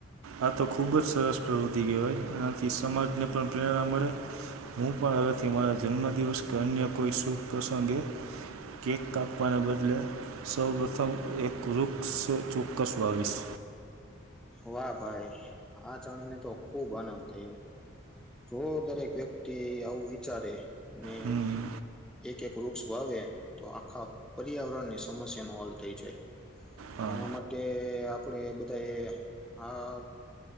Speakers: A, on the right (about 90°); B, in the centre.
A: આ તો ખૂબ જ સરસ પ્રવૃત્તિ કહેવાય એનાથી સમાજને પણ પ્રેરણા મળે. હું પણ હવેથી મારા જન્મદિવસ કે અન્ય કોઈ શુભ પ્રસંગે કેક કાપવાને બદલે સૌ પ્રથમ એક વૃક્ષ ચોક્કસ વાવીશ.
B: વાહ! ભાઈ આ જાણીને તો ખુબ આનંદ થયો. જો દરેક વ્યક્તિ આવું વિચારે ને
A: હમ
B: એક એક વૃક્ષ વાવે તો આખા પર્યાવરણની સમસ્યાનો હલ થઈ જાય.
A: હા
B: એના માટે આપડે બધાએ હહ